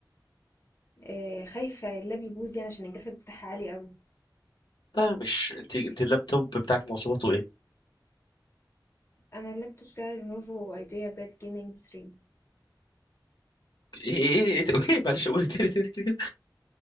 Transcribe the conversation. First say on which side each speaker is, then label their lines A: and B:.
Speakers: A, on the left (about 35°); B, on the left (about 75°).
A: آه، خايفه اللاب يبوظ يعني عشان الجرافيك بتاعها عالي قوي
B: لا مش انت انت اللابتوب بتاعك مواصفاته
A: انا اللابتوب بتاعي لينوفو ايديا باد جيمنج 3
B: ايه ايه ايه ايه معلش قول تاني تاني كده كده.